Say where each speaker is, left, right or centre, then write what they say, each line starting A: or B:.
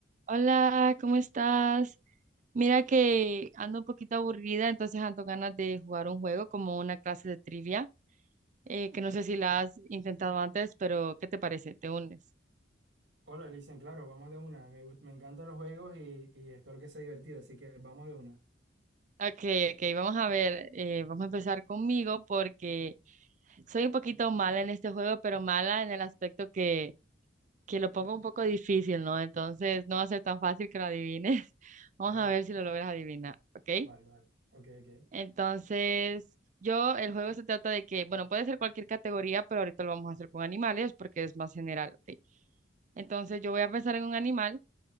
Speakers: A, on the right; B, on the right.
A: Hola, ¿cómo estás? Mira que ando un poquito aburrida, entonces ando ganas de jugar un juego como una clase de trivia, eh, que no sé si la has intentado antes, pero ¿qué te parece? ¿Te unes?
B: Hola, Licen, claro, vamos de una. Me, gust- me encantan los juegos y, y espero que sea divertido, así que vamos de una.
A: Ok, ok, vamos a ver, eh, vamos a empezar conmigo porque soy un poquito mala en este juego, pero mala en el aspecto que, que lo pongo un poco difícil, ¿no? Entonces no va a ser tan fácil que lo adivines. <laughs> Vamos
B: Ah,
A: a ver si lo logras adivinar, ¿ok?
B: Vale, vale. Ok, ok.
A: Entonces, yo, el juego se trata de que, bueno, puede ser cualquier categoría, pero ahorita lo vamos a hacer con animales porque es más general, ¿ok? Entonces, yo voy a pensar en un animal,